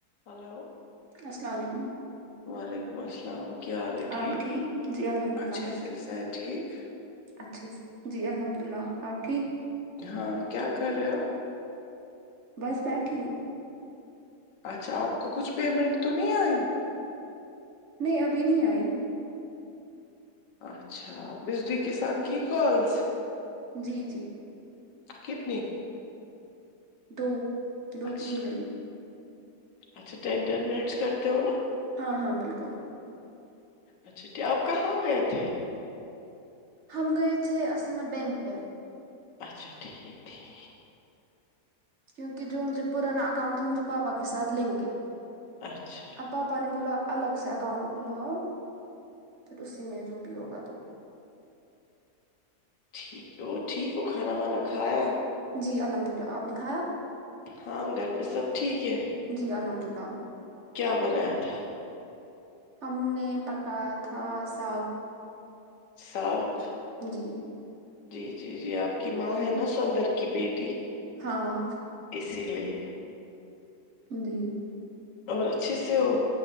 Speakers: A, on the left; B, on the right.
A: Hello
B: السلام علیکم
A: وعلیکم السلام کیا حال ہے
B: آپ
A: ٹھیک
B: جی الحمد للہ
A: اچھا
B: میں
A: سے صحت ٹھیک
B: اچھے سے جی الحمد اللہ آپ ٹھیک
A: ہاں کیا کر رہے ہو
B: بس بیٹھی ہوں
A: اچھا آپ کو کچھ پیمنٹ تو نہیں آئی
B: نہیں ابھی نہیں آئی
A: اچھا بجری کے ساتھ کی کالس
B: جی جی
A: کتنی
B: دو دو
A: اچھا
B: تین گئیں
A: اچھا ٹین ٹین منٹس کرتے ہو نا
B: ہاں ہاں بالکل
A: اچھا آپ کہاں گئے تھے
B: ہم گی تھے اصل میں بینک پ
A: اچھا ٹھیک ٹھیک
B: کیونکہ جو مجھے پرانا اکاؤنٹ تھا مجھے پاپا کے ساتھ لنک ہے
A: اچھا
B: اب پاپا نے بولا الگ سے اکاؤنٹ کھلاؤ پھر اسی میں جو بھی ہوگا تو
A: ٹھیک ہے اور ٹھیک ہو کھانا وانا کھایا
B: جی الحمد للہ آپ نے کھایا
A: ہاں گھر پہ سب ٹھیک ہے
B: جی الحمد للہ
A: کیا بنایا تھا
B: ہم نے پکایا تھا ساگ
A: ساگ
B: جی
A: جی جی جی آپ کی ماں ہے
B: ہ
A: نا سندر کی بیٹی
B: ہاں
A: اسی لیے
B: جی
A: اور اچھی سی ہو